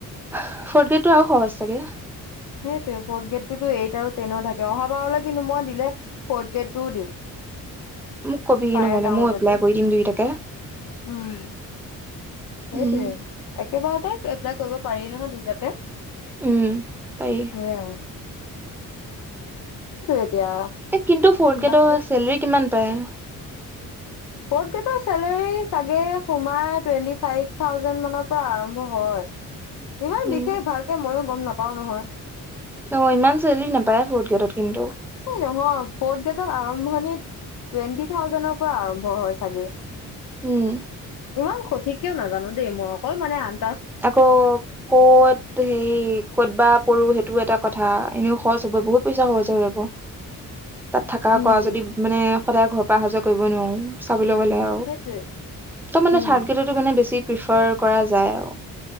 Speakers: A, in the centre; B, on the left (about 65°).
A: ফৰ্থ গ্ৰেডটো আৰু সহজ ছাগে।
B: সেইটোৱে ফৰ্থ গ্ৰেডটোটো এইত আৰু টেনৰ থাকে। এ অহা বাৰলৈ কিন্তু মই দিলে ফৰ্থ গ্ৰেডটোও দিম।
A: মোক কবিগে
B: পাই
A: নহ'লে
B: যাওঁ
A: ময়ো এপ্লাই
B: যদি
A: কৰি দিম দুইটাকে।
B: উম সেইটোৱে,
A: উম
B: একেবাৰতে এপ্লাই কৰিব পাৰি নহয় দুইটাতে।
A: উম পাৰি
B: সেই আৰু। এতিয়া
A: এ কিন্তু ফৰ্থ গ্ৰেডৰ
B: বাকী
A: চেলেৰী কিমান পায়?
B: ফৰ্থ গেডৰ চেলেৰী চাগে সোমাই টুৱেণ্টি ফাইভ থাউজেণ্ড মানৰ পৰা আৰম্ভ হয়। ইমান
A: উম
B: বিশেষ ভালকে মইয়ো গম নাপাওঁ নহয়।
A: অ ইমান চেলেৰী নাপায় ফৰ্থ গ্ৰেডত কিন্তু।
B: এই নহয় ফৰ্থ গ্ৰেডত আৰম্ভণিত, টুৱেন্টি থাউজেডৰ পৰা আৰম্ভ হয় চাগে।
A: উম।
B: ইমান সঠিককেও নাজানোঁ দেই মই অকল মানে আন
A: আকৌ ক'ত, হেৰি ক'ত বা পৰো সেইটো এটা কথা, এনেও খৰচ হ'ব বহুত পইচা খৰচ হৈ যাব। তাত থকা
B: উম
A: খোৱা যদি মানে সদায় ঘৰ পৰা অহা যোৱা কৰিব নোৱাৰো চাবলৈ গ'লে আৰু,
B: সেইটোৱে
A: ত মানে
B: উম
A: থাৰ্ড গ্ৰেডতো মানে বেছি প্ৰিফাৰ কৰা যায় আৰু।